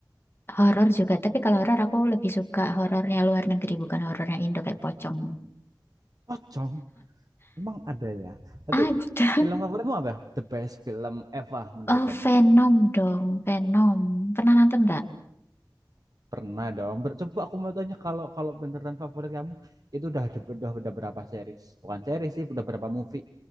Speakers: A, on the left (about 30°); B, on the right (about 50°).
A: horor juga. Tapi kalau horor aku lebih suka horornya luar negeri bukan horornya Indo kayak pocong.
B: Pocong. Emang ada ya. Tapi
A: Ada.
B: film favoritmu apa? The best film ever menurut
A: Oh,
B: kamu?
A: Venom dong, Venom. Pernah nonton nggak?
B: Pernah dong. Ber- Coba aku mau tanya kalau kalau beneran favorit kamu itu udah ada- udah, udah berapa series? Bukan series sih, udah berapa movie?